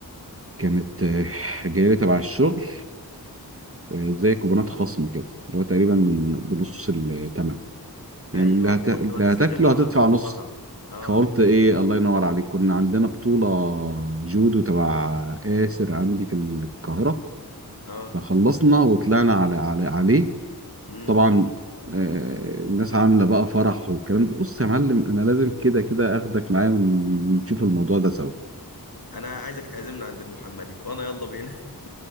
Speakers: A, on the right; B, on the left.
A: كانت آه، جايه لي تبع الشغل آه، زي كوبونات خصم كده اللي هو تقريبا بنص الثمن يعني
B: ايوه
A: اللي هت...
B: فرحت
A: اللي
B: بقى تستغل
A: هتاكله
B: العرض
A: هتدفع
B: في
A: نص
B: المطعم اه
A: فقلت ايه الله ينور عليك كنا عندنا بطوله جودو تبع آسر عندي في القاهره
B: اه
A: فخلصنا وطلعنا على على عليه
B: امم
A: طبعا آه، الناس عامله بقى فرح والكلام ده بص يا معلم انا لازم كده كده اخدك معايا ونشوف الموضوع ده سوا
B: انا عايزك تعزمنا عند المحمدي وانا يلا بينا <laughs>